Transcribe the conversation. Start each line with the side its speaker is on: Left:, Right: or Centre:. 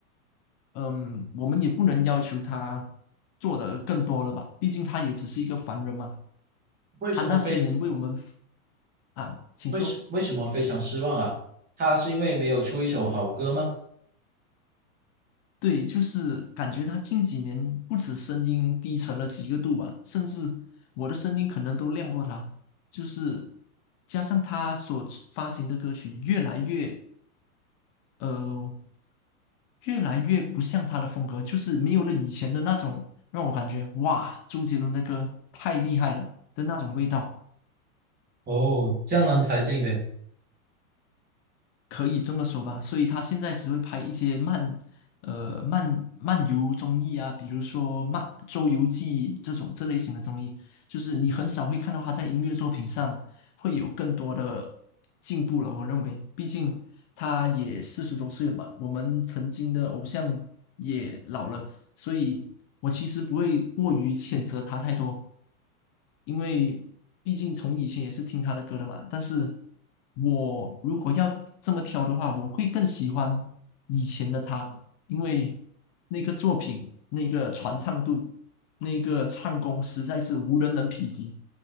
Left: 嗯，我们也不能要求他做的更多了吧？毕竟他也只是一个凡人嘛。
Right: 为什么非？
Left: 他那些年为我们服啊，请说。
Right: 为什为什么非常失望啊？他是因为没有出一首好歌吗？
Left: 对，就是感觉他近几年不止声音低沉了几个度吧，甚至我的声音可能都亮过他。就是加上他所发行的歌曲越来越呃越来越不像他的风格，就是没有了以前的那种让我感觉哇，周杰伦的歌太厉害了的那种味道。
Right: 哦，江郎才尽呗。
Left: 可以这么说吧，所以他现在只会拍一些漫，呃，漫漫游综艺啊，比如说漫《周游记》这种这类型的综艺，就是你很少会看到他在音乐作品上会有更多的进步了。我认为，毕竟他也四十多岁了嘛，我们曾经的偶像也老了，所以我其实不会过于谴责他太多，因为毕竟从以前也是听他的歌的嘛。但是我如果要这么挑的话，我会更喜欢以前的他，因为那个作品、那个传唱度、那个唱功实在是无人能匹敌。